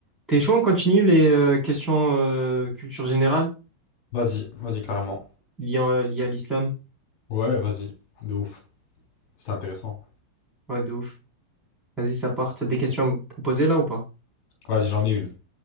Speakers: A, in the centre; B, on the left (about 40°).
A: T'es chaud, on continue les euh, questions euh, culture générale
B: Vas-y, vas-y, carrément.
A: liant- euh, liées à l'islam?
B: Ouais, vas-y, de ouf. C'était intéressant.
A: Ouais, de ouf. Vas-y, ça part. T'as des questions à me proposer là ou pas?
B: Vas-y, j'en ai une.